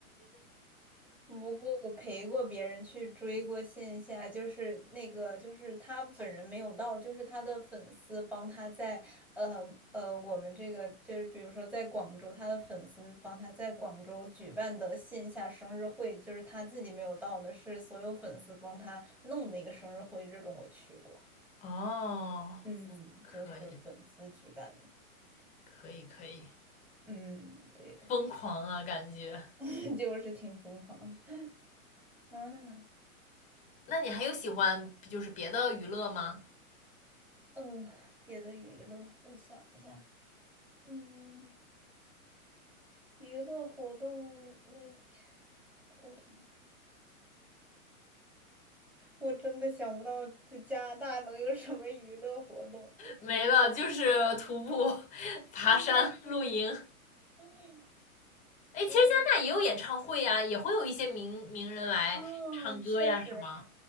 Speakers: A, in the centre; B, on the left.
A: 不过我陪过别人去追过线下，就是那个，就是他本人没有到，就是他的粉丝帮他在，呃呃，我们这个就是比如说在广州，他的粉丝帮他在广州举办的线下生日会，就是他自己没有到的，是所有粉丝帮他弄的一个生日会，这种我去过，
B: <laughs> 哦，
A: 嗯，
B: 可以，
A: 就是粉丝举办的，
B: 可以，可以，
A: 嗯，对的，
B: 疯狂啊，感觉。
A: <laughs> 就是挺疯狂的，嗯
B: 那你还有喜欢就是别的娱乐吗？
A: 嗯，别的娱乐，我想一下。嗯，娱乐活动，嗯，我的妈呀，我真的想不到这加拿大能有什么娱乐活动，
B: 没了，就是徒步、<laughs> 爬山、
A: 真的是，
B: 露营。
A: 哎呦，
B: 哎，其实加拿大也有演唱会呀、
A: 嗯，
B: 也会有一些名名人来唱歌呀，
A: 啊，确实，
B: 是吗？